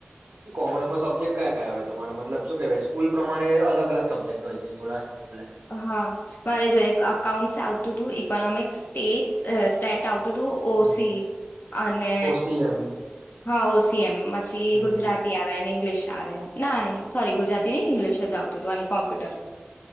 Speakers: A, on the right (about 65°); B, on the left (about 55°).
A: કોમર્સમાં સબ્જેક્ટ કયા કયા હોય તમારે મતલબ શું કેહેવાય સ્કૂલ પ્રમાણે અલ અલગ સબ્જે્ટ હોય છે થોડા એટલે.
B: હા મારે જો એક અકાઉન્ટસ આવતું હતું ઇકોનોમિક્સ સ્ટ સ્ટેટ આવતું. ું ઓસી
A: હમ
B: અને
A: ઓસીએમ
B: હા ઓસી એમ પછી
A: હમ
B: ગુજરાતી
A: હમ
B: આવે ઇંગ્લિશ. એ ના સોરી ગુજરાતી ન ઇંગ્લિ જ આવતું હતું અને કોમ્પ્યુટર.